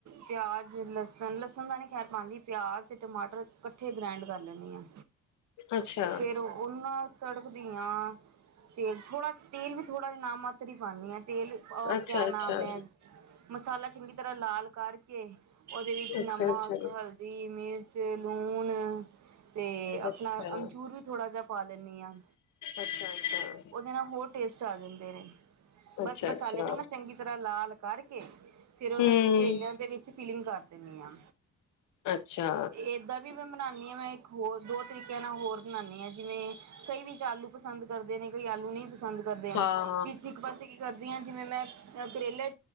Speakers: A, on the right; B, on the left.
A: ਪਿਆਜ ਲਸਣ, ਲਸਣ ਦਾ ਨੀ ਖੈਰ ਪਾਉਂਦੀ, ਪਿਆਜ਼ ਤੇ ਟਮਾਟਰ ਇਕੱਠੇ ਗ੍ਰੈਂਡ ਕਰ ਲੈਂਣੀ ਆ।
B: ਅੱਛਾ
A: ਫੇਰ ਔਨਾਂ ਤੜਕਦੀਆਂ। ਤੇਲ ਥੋੜਾ, ਤੇਲ ਵੀ ਥੋੜਾ ਨਾਮ ਮਾਤਰ ਹੀ ਪਾਉਣੀ ਆ। ਤੇਲ ਅ
B: ਅੱਛਾ
A: ਕਿਆ ਨਾਮ
B: ਅੱਛਾ
A: ਏ, ਮਸਾਲਾ ਚੰਗੀ ਤਰ੍ਹਾਂ ਲਾਲ ਕਰਕੇ ਉਹਦੇ ਵਿੱਚ
B: ਅੱਛਾ
A: ਨਮਕ,
B: ਅੱਛਾ
A: ਹਲਦੀ, ਮਿਰਚ, ਲੂਣ। ਤੇ ਅਪਣਾ
B: ਅੱਛਾ
A: ਅਮਚੂਰ ਵੀ ਥੋੜ੍ਹਾ ਜਿਹਾ ਪਾ ਲੈਣੀ ਆ।
B: ਅੱਛਾ ਅੱਛਾ
A: ਉਹਦੇ ਨਾਲ ਹੋਰ ਟੇਸ ਚਾ ਜਾਂਦੇ ਨੇ, ਬਸ
B: ਅੱਛਾ
A: ਮਸਾਲੇ
B: ਅੱਛਾ
A: ਨੂੰ ਨਾ ਚੰਗੀ ਤਰ੍ਹਾਂ ਲਾਲ ਕਰਕੇ ਫੇਰ ਔਨੂੰ
B: ਹਮ
A: ਕਰੇਲਿਆਂ ਦੇ ਵਿੱਚ ਫੀਲਿੰਗ ਕਰ ਦੇਣੀ ਆ।
B: ਅੱਛਾ
A: ਏਦਾਂ ਵੀ ਮੈਂ ਮਨਾਣੀ ਆ ਮੈਂ ਇੱਕ ਹੋਰ ਦੋ ਤਰੀਕਿਆਂ ਨਾਲ ਹੋਰ ਬਨਾਣੀ ਹਾਂ ਜਿਵੇਂ, ਕਈ ਵਿੱਚ ਆਲੂ ਪਸੰਦ ਕਰਦੇ ਨੇ, ਕਈ ਆਲੂ ਨਈ ਪਸ ਪਸੰਦ ਕਰਦੇ ਅਨ,
B: ਹਾਂ
A: ਵਿੱਚ ਇੱਕ ਪਾਸੇ ਕੀ ਕਰਦੀ ਆ ਕਿਵੇਂ ਮੈਂ ਕਰੇਲੇ